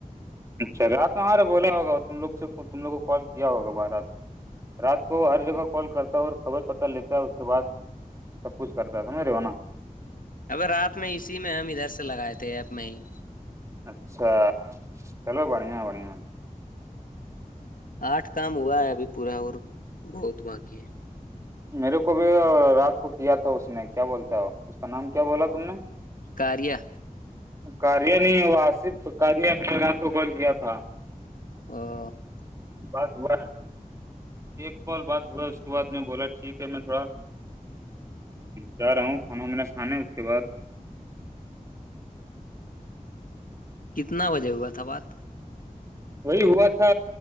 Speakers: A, on the right; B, on the left.
A: اچھا رات میں وہارے بولا ہوگا تم لوگ سے تم لوگ کو کال کیا ہوگا بارات کو رات کو ہر جگہ کال کرتا ہے اور خبر پتہ لیتا ہے اس کے بعد سب کچھ کرتا ہے سمجھ رہے ہو نا
B: اب رات میں اسی میں ہم ادھر سے لگائے تھے ایب میں ہی
A: اچھا چلو بڑیا بڑیا
B: آٹھ کام ہوا ہے ابھی پورا اور بہت باقی ہے
A: میرے کو بھی رات کو کیا تھا اس نے کیا بولتا ہے اس کا نام کیا بولا تم نے
B: کاریہ
A: کاریا نہیں ہے وہ آصف ستاریہ کے رات کو کال کیا تھا
B: <unintelligible>
A: بات ہوا ہے ایک کال بات ہوا اس کے بد میں بولا ٹھیک ہے میں تھوڑا چاہ رہا ہوں کھانا میںا کھانے اس کے بعد
B: کتنا بجے ہوا تھا بات
A: وہی ہوا تھا